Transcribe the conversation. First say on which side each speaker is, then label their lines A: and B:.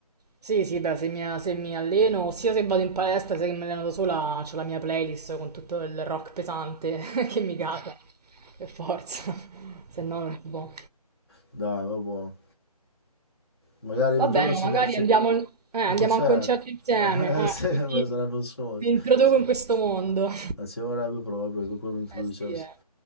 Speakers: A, on the right; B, on the left.
A: Sì, sì, beh, se mi, se mi alleno, sia se vado in palestra, sia che mi alleno da sola, c'ho la mia playlist con tutto il rock pesante <laughs> che mi cata, per forza, <laughs> se no non si può.
B: Dai, ma buono. Magari
A: Va
B: un
A: bene,
B: giorno ce
A: magari
B: ne- ci,
A: andiamo,
B: È
A: eh, andiamo
B: un concerto,
A: a un concerto insieme,
B: <laughs> eh,
A: eh,
B: sì,
A: così
B: ma sarebbe un sogno,
A: ti introduco
B: sì.
A: in questo mondo.
B: Eh, ci vorrebbe proprio che qualcuno
A: <laughs>
B: mi introducesse.
A: Eh sì, eh,